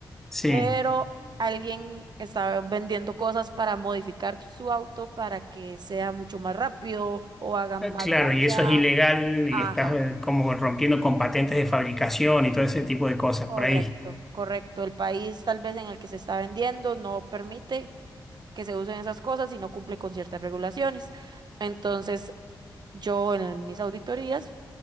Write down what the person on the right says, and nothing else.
pero alguien está vendiendo cosas para modificar su auto para que sea mucho más rápido o haga más
bulla.
Ajá,
correcto,
correcto. El país tal vez en el que se está vendiendo no permite que se usen esas cosas y no cumple con ciertas regulaciones. Entonces, yo en mis auditorías